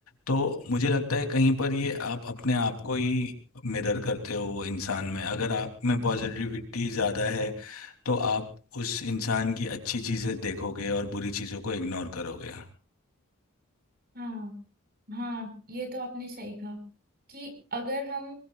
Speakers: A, on the left; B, on the right.
A: तो मुझे लगता है कहीं पर ये आप अपने आप को ही मिरर करते हो वो इंसान में अगर आप में पॉजिटिविटी ज़्यादा है तो आप उस इंसान की अच्छी चीज़ें देखोगे और बुरी चीज़ों को इग्नोर करोगे
B: हाँ हाँ ये तो आपने सही कहा कि अगर हम